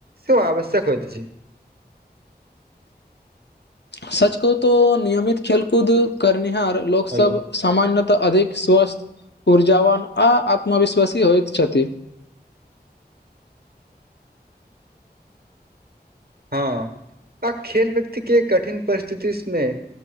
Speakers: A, on the right; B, on the left.
A: सेहो आवश्यक होइत अछि
B: सच कहूँ तो नियमित खेल कूद करनिहार लोक सब
A: हेलो
B: सामान्यतः अधिक स्वस्थ ऊर्जाावन आ आत्मविश्वासी होइत छथि
A: हँ आ खेल व्यक्ति के कठिन परिस्थितिस मे